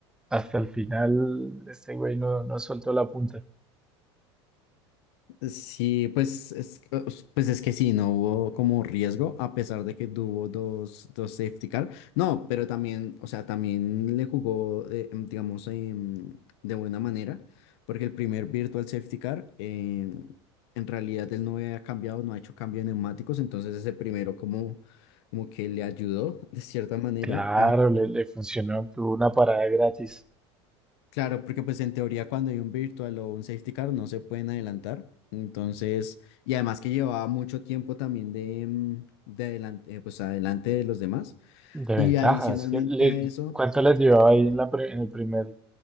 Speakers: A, in the centre; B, on the left.
A: hasta el final este güey no, no soltó la punta.
B: Sí, pues es, pues es que sí, no hubo como riesgo, a pesar de que tuvo dos, dos safety car. No, pero también, o sea, también le jugó, eh, em, digamos, em, de buena manera, porque el primer virtual safety car, em, en realidad él no había cambiado, no ha hecho cambio de neumáticos, entonces ese primero como, como que le ayudó de cierta manera
A: Claro, le, le funcionó, tuvo una parada gratis
B: Claro, porque pues en teoría cuando hay un virtual o un safety car no se pueden adelantar. Entonces, y además que llevaba mucho tiempo también de, mm, de adelante, pues adelante de los demás.
A: de ventajas.
B: Y adicionalmente
A: que le-
B: a eso,
A: ¿Cuánto les llevaba ahí en la, pre- en el primer,